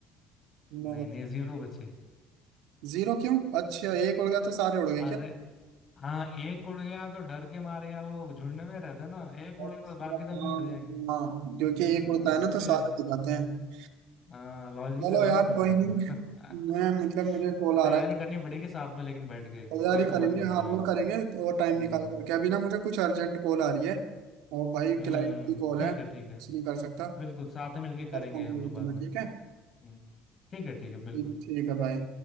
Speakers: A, on the right (about 75°); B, on the left (about 40°).
A: नौ
B: नहीं
A: बचे
B: नहीं जीरो बचे
A: जीरो क्यों अच्छा एक उड़ गया तो सारे उड़ गए
B: अरे
A: क्या
B: हाँ एक उड़ गया तो डर के मारे या वो झुंड में रहता है ना एक
A: अच्छा,
B: उड़ा तो बाकी
A: हाँ
B: सब भी उड़ जाएंगे
A: हाँ,
B: हाँ,
A: क्योंकि एक उड़ता है ना तो
B: ये
A: सारे उड़ जाते हैं
B: हाँ लॉजिकल
A: चलो यार
B: है ये थोड़ा
A: कोई नहीं
B: <laughs>
A: मैं मतलब मुझे कॉल आ
B: तैयारी
A: रहा है
B: करनी पड़ेगी साथ में लेकिन बैठ के
A: तैयारी
B: ये तो
A: करेंगे
B: माननी पड़ेगी
A: हाँ वो
B: बात
A: करेंगे तो टाइम
B: हम्म
A: निकाल करके अभी ना मुझे कुछ अर्जेंट कॉल आ रही है और भाई
B: हम्म
A: क्लाइंट की कॉल
B: ठीक
A: है कुछ
B: है ठीक है
A: नहीं कर सकता
B: बिल्कुल साथ में मिलके करेंगे
A: करता हूँ
B: हम लोग बाद
A: तो मैं
B: में
A: ठीक है
B: हम्म ठीक है ठीक है बिल्कुल
A: ठीक ठीक है भाई